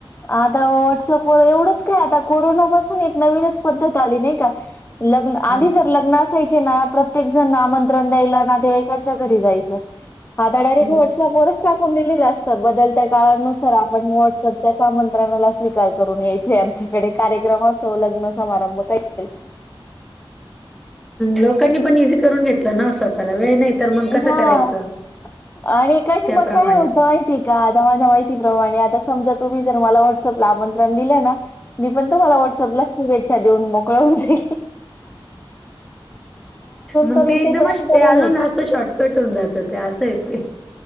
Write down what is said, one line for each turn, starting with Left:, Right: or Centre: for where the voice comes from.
Left: आता व्हॉट्सअपवर एवढंच काय आता कोरोनापासून एक नवीनच पद्धत आली नाही का? लग्न आधी
Centre: हं,
Left: जर लग्न असायचे ना प्रत्येक जण आमंत्रण द्यायला नातेवाईकांच्या घरी जायचं. आता डायरेक्ट
Centre: हं.
Left: व्हॉट्सअप वरच टाकून दिलेली अस तात. बदलत्या काळानुसार आपण व्हॉट्सअपच्याचं आमंत्रणाला स्वीकार करून यायचे आमच्या कडे कार्यक्रम असो, लग्न समारंभ काही
Centre: लोकांनी पण इझी करून घेतल ना असं. त्याला वेळ नाही तर मग कसं
Left: हा,
Centre: करायचं
Left: आणि काही
Centre: त्याप्रमाणे.
Left: मग काय होतं माहिती <unintelligible> का आता माझ्या माहितीप्रमाणे आता समजा तुम्ही जर मला व्हॉट्सअपला आमंत्रण दिलं ना मी पण तुम्हाला व्हॉट्सअपला शुभेच्छा देऊन मोकळं होनते
Centre: मग
Left: तर
Centre: ते
Left: इथेपर्यंत
Centre: एकदमच ते
Left: बरंय
Centre: अजून जास्त शॉर्टकट होऊन जातं त्यात. असय ते.